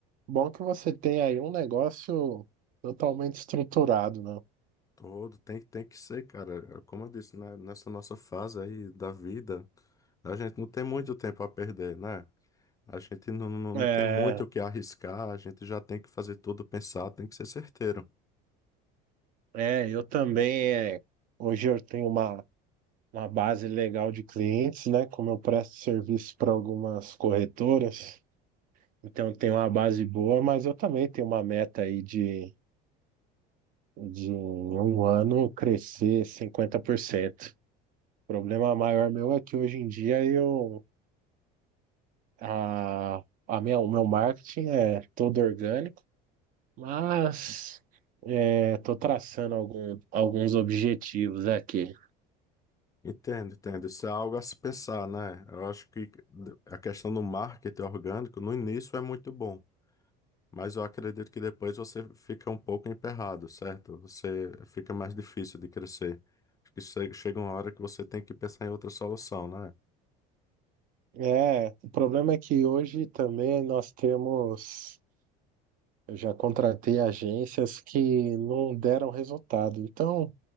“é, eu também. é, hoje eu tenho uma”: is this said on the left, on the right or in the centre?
Right